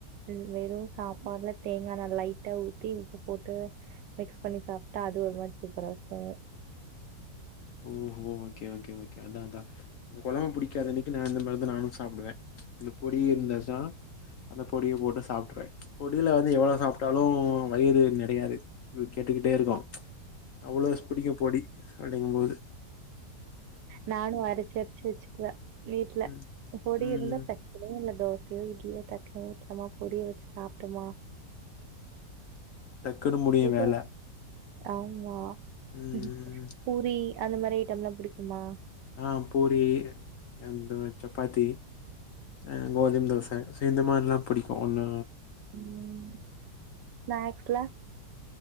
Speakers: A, on the right; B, on the left.
A: ம் வெறும் சாப்பாடுல தேங்கா நல்லா ட்ட ஊத்தி உப்ப போட்டு மிக்ஸ் பண்ணி சாப்பிட்டா அது ஒரு மாரி சூப்பரா இருக்கும்
B: ஓஹோ ஓகே ஓகே ஓகே அதா அதா இந்த கொழம்பு புடிக்காத அன்னைக்கி நா இந்த மாரிதா நானு சாப்டுவே <unintelligible> புடியிருந்தசா அந்த பொடிய போட்டு சாப்ட்ருவே பொடியில வந்து எவ்வளோ சாப்ட்டாலும் வயிறு நிறையாது ம் கேட்டுக்கிட்டே இருக்கும் அவ்ளோ பிடிக்கு பொடி <unintelligible> ப்டிங்கும்போது
A: நானும் அரைச்சு அரைச்சு வச்சுக்கவே வீட்ல
B: ம்
A: பொடி
B: ம் ம்
A: இருந்தா பிரச்சனயே இல்ல தோச யோ இட்லியோ தடல வெச்சமா பொரிடிய வச்சு சாப்பிட்டோமா
B: டக்குனு முடியு
A: இது
B: வேல
A: ஆமா
B: ம்
A: உம் பூரி அந்த மாரி ஐட்டம்லா பிடிக்குமா
B: ஆஹ் பூரி அந்த சப்பாத்தி ஆ கோதும தோச சேந்த மாரி எல்லா பிடிக்கு ஒன்ன
A: உம் ஸ்நாக்ஸ்ல